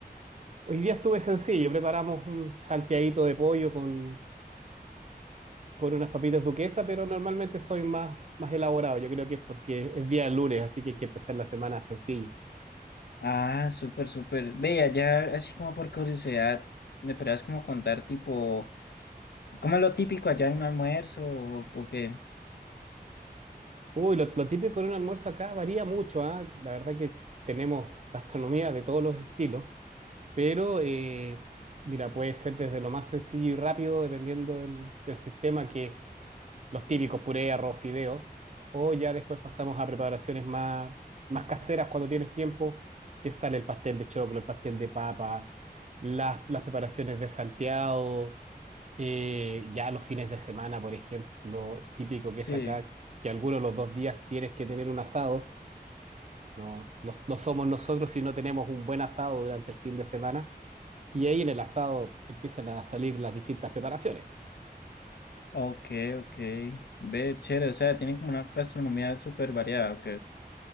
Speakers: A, on the right; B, on the left.
A: Hoy día estuve sencillo, preparamos un salteadito de pollo con, con unas papitas duquesa, pero normalmente soy más, más elaborado. Yo creo que es porque es día de lunes, así que hay que empezar la semana sencillo.
B: Ah, súper, súper. Vea, ya así como por curiosidad, ¿me podrías como contar tipo, cómo es lo típico allá en un almuerzo o, o qué?
A: Uy, lo, lo típico en un almuerzo acá varía mucho, ¿ah? La verdad que tenemos gastronomía de todos los estilos, pero eh, mira, puede ser desde lo más sencillo y rápido, dependiendo del, del sistema que los típicos puré, arroz, fideo, o ya después pasamos a preparaciones más, más caseras cuando tienes tiempo, que sale el pastel de choclo, el pastel de papa, las, las preparaciones de salteado, eh, ya los fines de semana, por ejemplo, típico que
B: Sí.
A: es acá, que algunos de los dos días tienes que tener un asado, no, no, no somos nosotros si no tenemos un buen asado durante el fin de semana, y ahí en el asado empiezan a salir las distintas preparaciones.
B: Ok, ok. Ve, chévere, o sea, tienen como una gastronomía súper variada, ok.